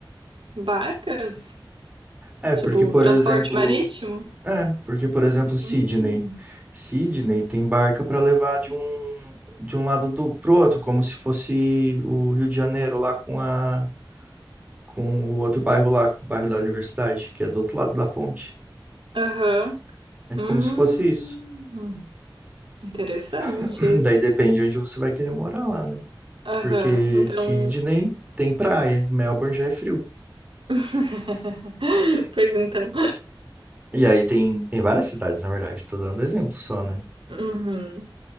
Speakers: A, on the right (about 85°); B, on the right (about 20°).
A: Barcas?
B: É,
A: Tipo,
B: porque, por
A: transporte
B: exemplo...
A: marítimo?
B: É, porque, por exemplo, Sydney.
A: Hum.
B: Sydney tem barca para levar de um, de um lado do, pro outro, como se fosse o Rio de Janeiro lá com a com o outro bairro lá, o bairro da universidade, que é do outro lado da ponte.
A: Aham.
B: É
A: Hum.
B: como se fosse isso.
A: Interessantes.
B: <clears throat> Daí depende de onde você vai querer morar lá, né?
A: Aham.
B: Porque
A: Então.
B: Sydney tem praia, Melbourne já é frio.
A: <laughs> Pois então.
B: E aí tem, tem várias cidades, na verdade, tô dando exemplo só, né?
A: Uhum.